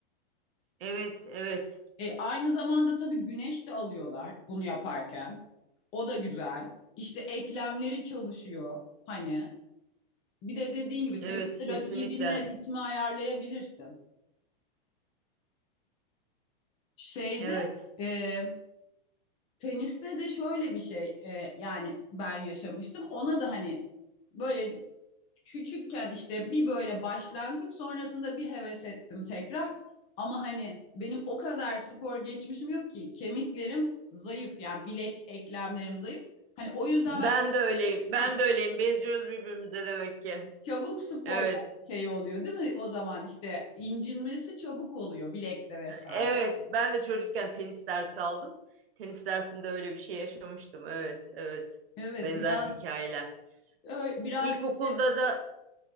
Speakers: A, on the right; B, on the left.
A: Evet, evet,
B: E, aynı zamanda tabii güneş de alıyorlar bunu yaparken. O da güzel. İşte eklemleri çalışıyor hani. Bir de dediğin gibi teniste
A: evet kesinlikle.
B: rakibinle ritmi ayarlayabilirsin. Şeyde
A: Evet.
B: e, teniste de şöyle bir şey e, yani ben yaşamıştım. Ona da hani böyle küçükken işte bir böyle başlangıç sonrasında bir heves ettim tekrar. Ama hani benim o kadar spor geçmişim yok ki kemiklerim zayıf yani bilek eklemlerim zayıf. Hani o yüzden
A: Ben
B: ben
A: de öyleyim. Ben
B: "Hah,
A: de öyleyim. Benziyoruz birbirimize demek ki.
B: çabuk spor
A: Evet.
B: şey oluyor değil mi? O zaman işte incinmesi çabuk oluyor bilekte vesaire.
A: Evet. Ben de çocukken tenis dersi aldım. Tenis dersinde öyle bir şey yaşamıştım. Evet. Evet.
B: Evet
A: Benzer
B: biraz
A: hikayeler.
B: ö- biraz
A: İlkokulda
B: şey-
A: da